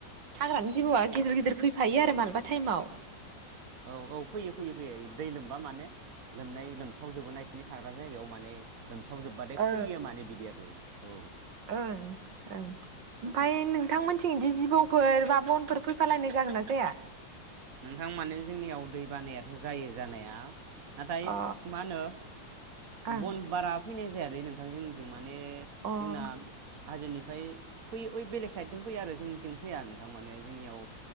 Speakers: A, on the right; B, on the right.
A: हाग्रानि जिबौआ गिदिर गिदिर फैफायो आरो मालाबा थाइमाव
B: औ औ फैयो फैयो फैयो दै लोमबा माने लोमनाय लोमसाव जोबो ना बिसोरनि थाग्रा जायगायाव माने लोमसावजोबबाथाय
A: ओ
B: फैयो मानो बिदियाबो औ
A: ओं ओं ओमफाय नोंथांमोनथिं बिदि जिबौफोर बा बनफोर फैफालायनाय जागोन ना जाया
B: नोंथां माने जोंनियाव दै बानायाथ जायो जानाया नाथाय
A: अ
B: मा होनो
A: ओं
B: बन बारा फैनाय जायादै नोंथां जोंनिथिं मा माने
A: अ
B: जोंना हाजोनिफ्राय फैयो ओइ बेलेग साइदथिं फैयो आरो जोंनिथिं फैया नोंथां माने जोंनियाव